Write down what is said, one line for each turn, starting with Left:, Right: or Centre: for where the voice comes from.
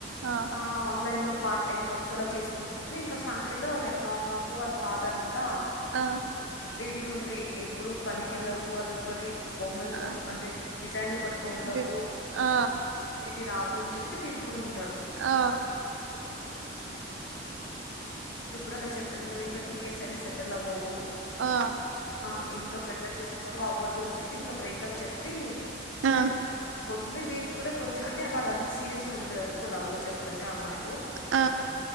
Right: ఆ
Left: అ లైన్లో పార్ట్ టైమ్ జాబ్స్ అలా చేసుకుంటుంటారు ఇంకా ఫ్యామిలీలో లైక్ నార్మల్గా వాళ్ళ ఫాదర్ అంతా
Right: ఆ
Left: తిడుదున్ట్రి ఎప్పుడు పనికెళ్ళవు అదుకొని బొమ్మలతో
Right: ఆ
Left: పట్టుకు అంటే డిజైన్లు పట్టుకుంటవు
Right: ది ఆ
Left: టి రాదు అని చెప్పి తిడుతూ ఉంటడు
Right: ఆ
Left: <inaudible> మీడు కూడా అలా చెప్పది నువ్వు ఇంకా టూ ఇయర్స్ అయినా సెటిల్ అవ్వవు
Right: ఆ
Left: <unintelligible> ఆ ఇంట్లో ప్రజల్ <unintelligible> చేస్తున్నారుారు అవ్వదు అని చెప్పి ఇంకా బ్రేకప్ చెప్పి
Right: ఆ
Left: అందు వీడి కూడా కొంచం అంటే వాడు అంత సీరియస్గా ఉండదు అనుకో లవ్ ల్లో చెప్పాలంటే అమ్మాయితో <unintelligible>
Right: ఆ